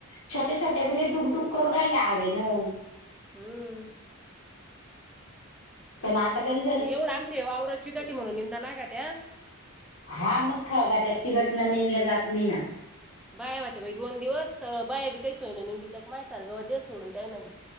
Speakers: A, on the left (about 90°); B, in the centre.
A: छोटे छोटे पिल्ले डुकडुक करू राहिले हवे नं....
B: हम्म....
A: पण आता गंज.....
B: एवढं आमची वावराची गटी म्हणून निंदा लागत्या.
A: हा मग खळगाट्यात चिगट नंनिनला जात नाही ना...
B: बाया होत्या बाई दोन दिवस तर बाया बी काही सोयना नंदी त्या माय सार गवत दे सोडून त्याना मी....